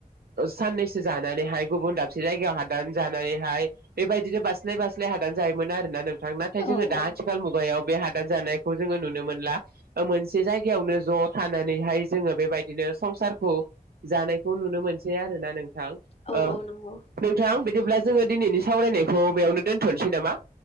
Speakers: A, on the right; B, on the left.
A: ओ साननैसो जानानैहाय गुबुन दाबसे जायगायाव हादान जानानैहाय बेबायदि बिदिनो बास्लाय बास्लाय हादान जायोमोन होनना नोंथां नाथाय
B: औ
A: जोङो दा
B: औ
A: आथिखाल मुगायाव बे हादान जानायखौ जोङो नुनो मोनला। ओ मोनसे जायगायावनो ज' थानानैहाय जोङो बेबायदिनो संसारखौ जानायखौ नुनो मोनसै आरोना नों थां ओ
B: औ औ नंगौ
A: नोंथां बिदिब्ला जोङो दिनैनि सावरायनायखौ बेयावनो दोनथ'नोसै नामा?